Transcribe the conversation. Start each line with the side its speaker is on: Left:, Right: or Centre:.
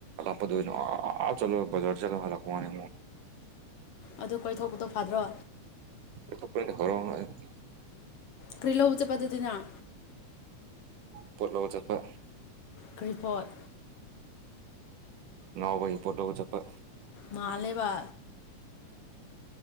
Right: ꯄꯗꯅ ꯑꯥ ꯆꯂꯣ ꯕꯖꯔ ꯆꯒꯦ ꯍꯂꯛ ꯀꯃꯅꯤ
Left: ꯑꯗꯨ ꯀꯣꯏꯊꯣꯛꯄꯗꯣ ꯐꯥꯗ꯭ꯔꯣ
Right: ꯀ ꯊꯔ <unintelligible>
Left: ꯀ꯭ꯔꯤꯂ ꯎ ꯎꯆ ꯄꯊꯇꯅ
Right: ꯄꯨꯣꯠ ꯂꯎꯕ ꯆꯠꯄ
Left: ꯀ꯭ꯔꯤꯄꯣꯠ
Right: ꯉꯕ ꯄꯨꯣꯠꯠꯇ ꯆꯠꯄ
Left: ꯃꯥꯜꯂꯦꯕ